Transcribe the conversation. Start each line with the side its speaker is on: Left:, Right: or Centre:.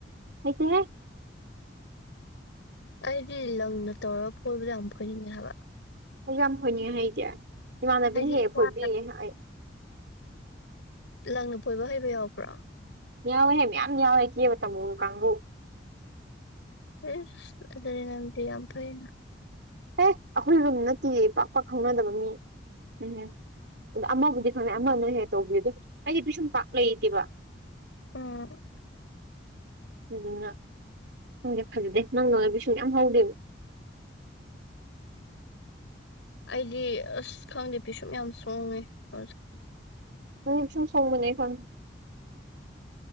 Right: ꯍꯩꯇꯦꯍꯦ
Left: ꯑꯩꯗꯤ ꯂꯪꯅ ꯇꯧꯔꯒ ꯐꯣꯏꯕꯗ ꯌꯥꯝ ꯐꯣꯏꯅꯤꯡꯉꯦ ꯍꯥꯏꯕ
Right: ꯑꯩ ꯌꯥꯝ ꯐꯣꯏꯅꯤꯡꯉꯦ ꯍꯩꯖꯦ ꯏꯃꯥꯟꯅꯕꯤꯅ
Left: ꯍꯥꯏꯗꯤ
Right: ꯍꯦꯛ
Left: ꯏꯁꯥꯅ
Right: ꯐꯣꯏꯕꯤꯌꯦ ꯑꯩ
Left: ꯂꯪꯅ ꯄꯣꯏꯕ ꯍꯩꯕ ꯌꯥꯎꯕ꯭ꯔꯥ
Right: ꯌꯥꯎꯌꯦꯍꯦ ꯃꯌꯥꯝ ꯌꯥꯎꯌꯦꯁ ꯀꯦꯕ ꯇꯝꯃꯨꯕ ꯀꯥꯡꯒꯨ
Left: ꯏꯁ ꯑꯗꯨꯗꯤ ꯅꯪꯗꯤ ꯌꯥꯝ ꯐꯩꯅ
Right: ꯑꯦ ꯑꯈꯣꯏ ꯔꯨꯝ ꯅꯠꯇꯤꯌꯦ ꯄꯥꯛ ꯄꯥꯛ ꯈꯪꯅꯗꯕ ꯃꯤ ꯎꯝꯍꯨꯝ ꯑꯃꯕꯨꯗꯤ ꯈꯪꯅꯩ ꯑꯃꯅꯍꯦ ꯇꯧꯕꯤꯗꯤ ꯑꯩꯗꯤ ꯄꯤꯁꯨꯝ ꯄꯥꯛ ꯂꯩꯇꯦꯕ
Left: ꯎꯝ
Right: ꯑꯗꯨꯗꯨꯅ ꯈꯪꯗꯦ ꯐꯖꯗꯦ ꯅꯪꯗꯧꯅ ꯄꯤꯁꯨꯝ ꯌꯥꯝ ꯍꯧꯗꯦ
Left: ꯑꯩꯗꯤ ꯑꯁ ꯈꯪꯗꯦ ꯁꯨꯝ ꯌꯥꯝ ꯁꯣꯡꯉꯦ ꯍꯧꯖꯤꯛ
Right: <unintelligible>